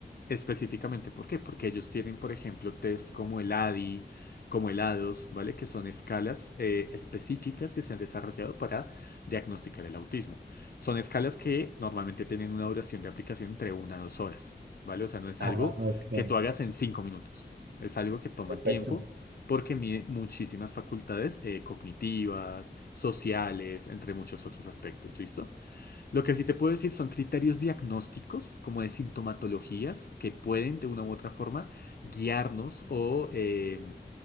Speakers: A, on the left (about 60°); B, on the right (about 80°).
A: Específicamente, ¿por qué? Porque ellos tienen, por ejemplo, test como el ADI, como el ADOS, ¿vale? Que son escalas eh, específicas que se han desarrollado para diagnosticar el autismo. Son escalas que normalmente tienen una duración de aplicación entre una a dos horas, ¿vale? O sea, no es
B: Ah,
A: algo
B: ok.
A: que tú hagas en cinco minutos. Es algo que toma
B: Perfecto.
A: tiempo porque mide muchísimas facultades eh, cognitivas, sociales, entre muchos otros aspectos, ¿listo? Lo que sí te puedo decir son criterios diagnósticos, como de sintomatologías, que pueden de una u otra forma guiarnos o eh,